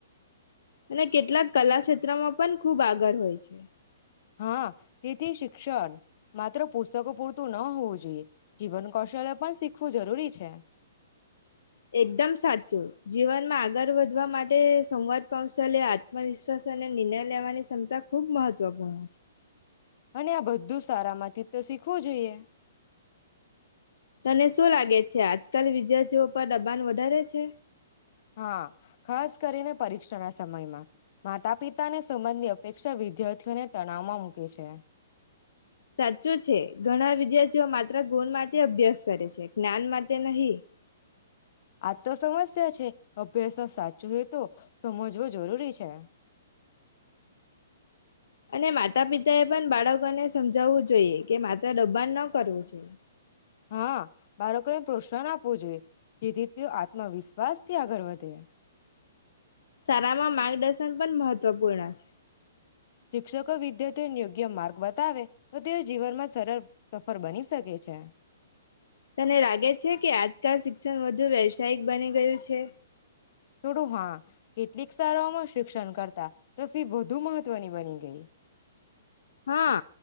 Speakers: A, on the left; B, on the left.
A: અને કેટલાક કલા ક્ષેત્રમાં પણ ખૂબ આગળ હોય છે.
B: હા તેથી શિક્ષણ માત્ર પુસ્તકો પૂરતું ન હોવું જોઈએ. જીવન કૌશલ્ય પણ શીખવું જરૂરી છે.
A: એકદમ સાચું. જીવનમાં આગળ વધવા માટે સંવાદ કૌશલ્ય, આત્મવિશ્વાસ અને નિર્ણય લેવાની ક્ષમતા ખૂબ મહત્વપૂર્ણ છે.
B: અને આ બધું સારામાં <unintelligible> તો શીખવું જોઈએ.
A: તને શું લાગે છે આજકાલ વિદ્યાર્થીઓ પર દબાણ વધારે છે?
B: હા ખાસ કરીને પરીક્ષાના સમયમાં. માતાપિતાને સંબંધની અપેક્ષા વિદ્યાર્થીઓને તણાવમાં મૂકે છે.
A: સાચું છે. ઘણા વિદ્યાર્થીઓ માત્ર ગુણ માટે અભ્યાસ કરે છે, જ્ઞાન માટે નહીં.
B: આ તો સમસ્યા છે, અભ્યાસ જો સાચું હોય તો સમજવો જરૂરી છે.
A: અને માતા પિતા એ પન બાળકોને સમજાવવું જ જોઈએ કે, માત્ર દબાણ ન કરવું જોઈએ.
B: હા, બાળકોને પ્રોત્સાહન આપવું જોઈએ. જેથી તેઓ આત્મવિશ્વાસથી આગળ વધે.
A: શાળામાં માર્ગદર્શન પણ મહત્વપૂર્ણ છે.
B: શિક્ષકો વિદ્યાર્થી ને યોગ્ય માર્ગ બતાવે, તો તેઓ જીવનમાં સરળ સફળ બની શકે છે.
A: તને લાગે છે કે, આજકાલ શિક્ષણ વધુ વ્યવસાયિક બની ગયું છે?
B: થોડું, હા. કેટલીક શાળાઓમાં શિક્ષણ કરતા તો ફી વધુ મહત્ત્વની બની ગઈ.
A: હા,